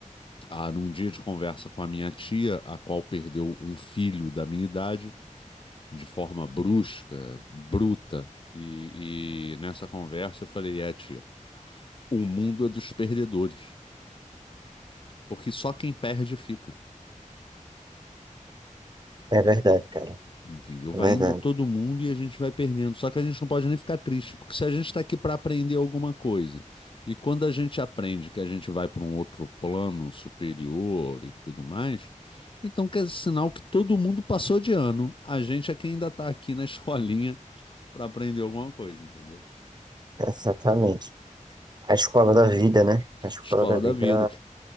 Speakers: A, on the left; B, on the right.
A: ah, num dia de conversa com a minha tia, a qual perdeu um filho da minha idade, de forma brusca, bruta. E, e nessa conversa eu falei, é, tia, o mundo é dos perdedores. Porque só quem perde fica.
B: É verdade, cara.
A: Entendeu? Vai
B: É verdade.
A: indo todo mundo e a gente vai perdendo. Só que a gente não pode nem ficar triste, porque se a gente está aqui para aprender alguma coisa, e quando a gente aprende que a gente vai para um outro plano superior e tudo mais, então quer dizer, sinal que todo mundo passou de ano. A gente é quem ainda está aqui na <laughs> escolinha para aprender alguma coisa, entendeu?
B: Exatamente. A escola da vida, né? A escola
A: Escola
B: da vida
A: da vida.